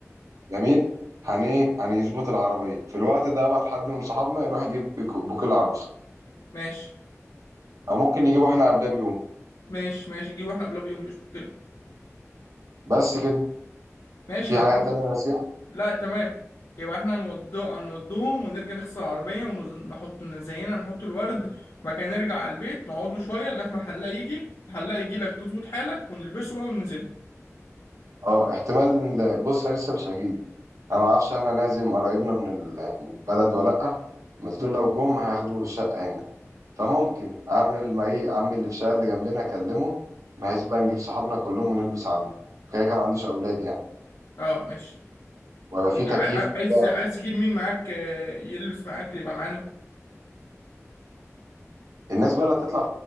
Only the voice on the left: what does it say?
ماشي
ماشي ماشي نجيبه احنا قبلها بيوم مش مشكله
ماشي
طب
كده
لا تمام يبقى احنا هنودو هنودوهم ونرجع نغسل العربية ونحط زينا نحط الورد بعد كده نرجع على البيت نقعدوا شوية لغاية ما الحلاق يجي الحلاق يجي لك تظبط حالك ونلبسه بقى وننزل
اه ماشي
وانت
ع- ع-
عايز عايز تجيب مين معاك آه، يلبس معاك يبقى معانا